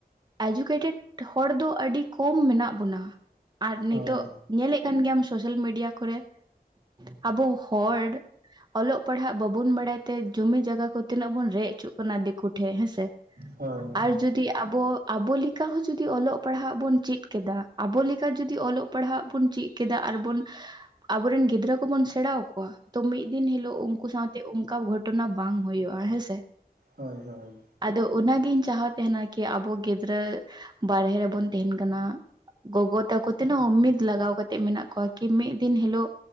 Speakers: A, on the right; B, on the right.
A: ᱮᱡᱩᱠᱮᱴᱮᱰ, ᱦᱚᱲ ᱫᱚ ᱟᱹᱰᱤ ᱠᱚᱢ ᱢᱮᱱᱟᱜ ᱵᱚᱱᱟ᱾ ᱟᱨ ᱱᱤᱛᱚᱜ,
B: ᱦᱳᱭ ᱦᱳᱭ
A: ᱧᱮ ᱞᱮᱜ ᱠᱟᱱ ᱜᱮᱭᱟᱢ ᱥᱳᱥᱟᱞ ᱢᱤᱰᱤᱭᱟ ᱠᱚᱨᱮ, ᱟᱵᱚ ᱦᱚᱲᱼᱼ ᱚᱞᱚᱜ ᱯᱟᱲᱦᱟᱜ ᱵᱟᱵᱚᱱ ᱵᱟᱲᱟᱭ ᱛᱮ ᱡᱩᱢᱤ ᱡᱟᱭᱜᱟ ᱠᱚ ᱛᱤᱱᱟᱹᱜ ᱵᱚᱱ ᱨᱮᱡ ᱚᱪᱚᱜ ᱠᱟᱱᱟ ᱫᱤᱠᱼᱼ ᱠᱚᱴᱷᱮ ᱦᱮᱸ ᱥᱮ,
B: ᱦᱳᱭ ᱦᱳᱭ
A: ᱟᱨᱼᱼ ᱡᱩᱫᱤ ᱟᱵᱚ, ᱟᱵᱚ ᱞᱮᱠᱟ ᱦᱚᱸ ᱡᱩᱫᱤ ᱚᱞᱚᱜ ᱯᱟᱲᱦᱟᱜ ᱵᱚᱱ ᱪᱮᱫ ᱠᱮᱫᱟ, ᱟᱵᱚ ᱞᱮᱠᱟ ᱡᱩᱫᱤ ᱚᱞᱚᱜᱼᱼ ᱯᱟᱲᱦᱟᱜ ᱵᱚᱱ ᱪᱮᱜ ᱠᱮᱫᱟ ᱟᱨᱵᱚᱱ, ᱟᱵᱚᱨᱮᱱ ᱜᱤᱫᱽᱨᱟᱹ ᱠᱚᱵᱚᱱ ᱥᱮᱲᱟᱣ ᱟᱠᱚᱣᱟ, ᱫᱚ ᱢᱤᱫᱼᱼ ᱢᱤᱫ ᱫᱤᱱ ᱦᱤᱞᱳᱜ ᱩᱱᱠᱩ ᱥᱟᱶᱛᱮ ᱚᱱᱠᱟ ᱜᱷᱚᱴᱚᱱᱟ ᱵᱟᱝ ᱦᱩᱭᱩᱜᱼᱟ ᱦᱮᱸ ᱥᱮ᱾
B: ᱦᱳᱭ ᱦᱳᱭ᱾
A: ᱟᱫᱚ ᱚᱱᱟᱜᱤᱧ ᱪᱟᱦᱟᱣ ᱛᱟᱦᱮᱱᱟ ᱠᱤ ᱟᱵᱚ ᱜᱤᱫᱽᱨᱟᱹ, ᱵᱟᱦᱨᱮᱮ ᱨᱮᱵᱚᱱ ᱛᱟᱦᱮᱱ ᱠᱟᱱᱟᱼᱼ ᱜᱚᱜᱚ ᱛᱟᱠᱚ ᱛᱤᱱᱟᱹ ᱩᱢᱤᱫ ᱞᱟᱜᱟᱣ ᱠᱟᱛᱮᱜ ᱢᱮᱱᱟᱜ ᱠᱚᱣᱟ ᱠᱤ ᱢᱤᱫ ᱫᱤᱱ ᱦᱤᱞᱳᱜᱼᱼ